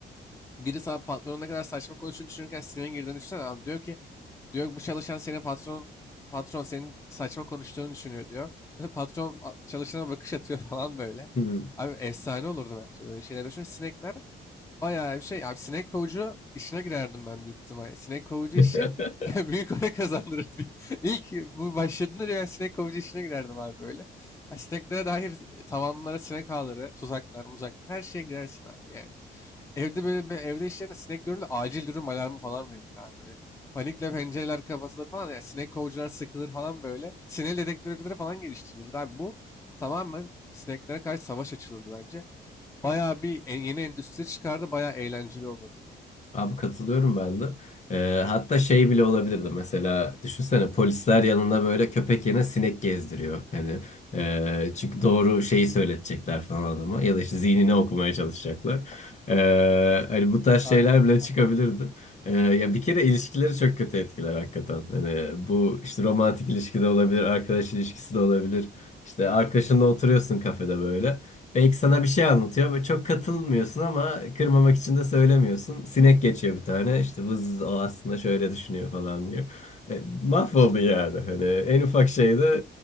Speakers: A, on the left; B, on the left.
A: biri sana patronun ne kadar saçma konuştuğunu düşünürken sinirin girdiğini düşünsene abi. Diyor ki diyor bu çalışan senin patron patron senin saçma konuştuğunu düşünüyor diyor. <laughs> Patron a- çalışana bakış atıyor <laughs> falan böyle.
B: hı.
A: Abi efsane olurdu bence böyle şeyler düşün. Sinekler bayağı bir şey. Abi sinek kovucu işine girerdim ben büyük ihtimalle. Sinek kovucu
B: <laughs>
A: işi <laughs> büyük para kazandırırdı. <laughs> İlk bu başladığında ya sinek kovucu işine girerdim abi böyle. Ya sineklere dair e, tavanlara sinek ağları, tuzaklar, muzak her şeye girersin abi yani. Evde böyle bir- evde işlerinde sinek görülür acil durum alarmı falan verilir abi böyle. Panikle pencereler kapatılır falan ya sinek kovucular sıkılır falan böyle. Sinek dedektörleri falan geliştirilirdi abi. Bu tamamen sineklere karşı savaş açılırdı bence. Bayağı bir en, yeni endüstri çıkardı bayağı eğlenceli olurdu.
B: Abi katılıyorum ben de. Ee, hatta şey bile olabilirdi mesela düşünsene polisler yanında böyle köpek yerine sinek gezdiriyor. Hani e, çünkü doğru şeyi söyletecekler falan adama ya da işte zihnini okumaya çalışacaklar. Ee, hani bu tarz şeyler
A: Aynen
B: bile
A: aynen.
B: çıkabilirdi. Ee, ya bir kere ilişkileri çok kötü etkiler hakikaten. Hani bu işte romantik ilişki de olabilir, arkadaş ilişkisi de olabilir. İşte arkadaşınla oturuyorsun kafede böyle. Belki sana bir şey anlatıyor. Böyle çok katılmıyorsun ama kırmamak için de söylemiyorsun. Sinek geçiyor bir tane. İşte vız o aslında şöyle düşünüyor falan diyor. E, mahvoldu yani. Hani en ufak şeyde